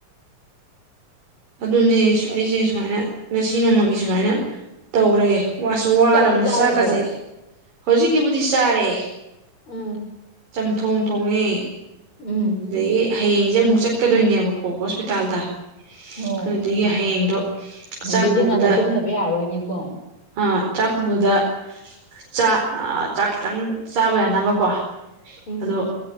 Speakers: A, on the right; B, on the left.
A: ꯑꯗꯨꯅꯦ ꯁꯋꯥꯏꯁꯦ ꯁꯨꯃꯥꯏꯅ ꯉꯁꯤ ꯅꯣꯡꯃꯒꯤ ꯁꯨꯃꯥꯏꯅ ꯇꯧꯔꯦ ꯋꯥꯁꯨ ꯋꯥꯔꯕꯅꯤ
B: ꯆꯥꯛꯇꯤ ꯆꯥꯔꯕꯣ
A: ꯆꯥꯛꯀꯁꯦ ꯍꯧꯖꯤꯛꯀꯤꯕꯨꯗꯤ ꯆꯥꯔꯦ
B: ꯎꯝ
A: ꯆꯝꯊꯣꯡ ꯇꯣꯡꯉꯦ
B: ꯎꯝ
A: ꯑꯗꯒꯤ ꯍꯌꯦꯡꯁꯦ ꯑꯃꯨꯛ ꯆꯠꯀꯗꯣꯏꯅꯦꯕꯀꯣ ꯍꯣꯁꯄꯤꯇꯥꯜꯗ
B: ꯑꯣ
A: ꯑꯗꯨꯗꯒꯤ ꯍꯌꯦꯡꯗꯣ
B: ꯑꯗꯨꯗꯤ
A: ꯆꯥꯛ ꯄꯨꯕꯗ
B: ꯉꯟꯅ ꯇꯨꯝꯗꯕ ꯌꯥꯔꯣꯏꯅꯦꯀꯣ
A: ꯑꯥ ꯆꯥꯛ ꯄꯨꯕꯗ ꯆꯥꯛ ꯑꯥ ꯆꯥꯛ ꯈꯤꯇꯪ ꯆꯥꯕ ꯌꯥꯅꯕꯀꯣ
B: ꯎꯝ
A: ꯑꯗꯣ